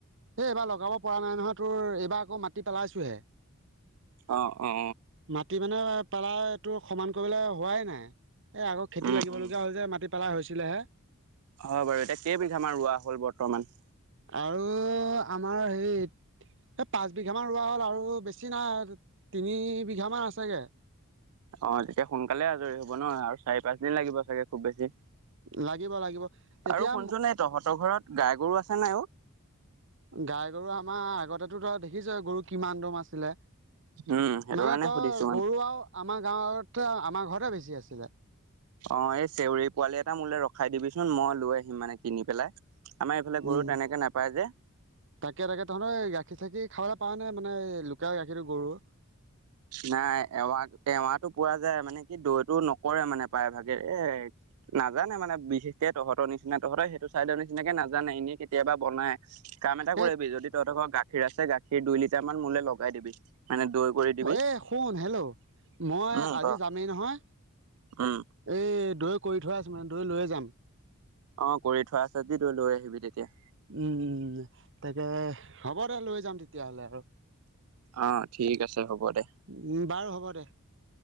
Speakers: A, on the right; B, on the right.
A: এই এইবাৰ লগাব পৰা নাই নহয় তোৰ এইবাৰ আকৌ মাটি পেলাইছোহে।
B: অ অঁ।
A: মাটি মানে পাৰা এইটো সমান কৰিবলৈ হোৱাই নাই। এ আকৌ খেতিত
B: উম
A: লাগিব
B: উম।
A: লগীয়া হল যে মাটি পেলাই হৈছিলেহে।
B: হয় বাৰু এতিয়া কেইবিঘামান ৰোৱা হ'ল বৰ্তমান।
A: আৰু আমাৰ হেৰি এই পাঁচ বিঘামান ৰোৱা হ'ল আৰু বেছি নাই তিনি বিঘামান আছেগে।
B: অ তেতিয়া সোনকালে আজৰি হব ন আৰু চাৰি পাঁচ দিন লাগিব চাগে? খুব বেছি।
A: লাগিব লাগিব তেতিয়া
B: আৰু শুনচোন এই তহঁতৰ ঘৰত গাই গৰু আছেন নাই অ?
A: গাই গৰু আমাৰ আগতেতো ধৰা দেখিছই গৰু কিমান দম আছিলে।
B: উম সেইটো
A: মানে
B: কাৰণে
A: তই
B: সুধিছো মানে।
A: গৰু আৰু আমাৰ গাঁৱতে আমাৰ ঘৰতে বেছি আছিলে।
B: অ এই চেউৰী পোৱালি এটা মোলে ৰখাই দিবিচোন মই লৈ আহিম মানে কিনি পেলাই। আমাৰ এইফালে গৰু
A: উম
B: তেনেকে নাপায় যে।
A: তাকে তাকে তহত এই গা --- গাখীৰ চাখীৰ খাৱলৈ পাও নে মানে লুকেই গাখীৰটো গৰুৰ।
B: নাই এৱা এৱাটো পোৱা যায় মানে কি দৈটো নকৰে মানে প্ৰায় ভাগে এ নাজানে মানে বিশেষকে তহঁতৰ নিচিনা তহঁতৰ সেইটো ছাইডৰ নিচিনাকে নাজানে এনেই কেতিয়াবা বনাই। কাম এটা
A: এই
B: কৰিবি যদি তহঁতৰ ঘৰ গাখীৰ আছে গাখীৰ দুই লিটাৰ মান মোলে লগাই দিবি। মানে দৈ কৰি দিবি।
A: এই শুন হেল্ল' মই
B: উম
A: আজি
B: ক
A: যামেই নহয়
B: উম
A: এই দৈ কৰি থৈ দিয়া আছে মানে দৈ লৈ যাম।
B: অ কৰি থোৱা আছে যদি তই লৈ আহিবি তেতিয়া
A: উম উম তাকে হ'ব দে লৈ যাম তেতিয়াহ'লে আৰু।
B: অ ঠিক আছে হ'ব দে।
A: উম, বাৰু হ'ব দে।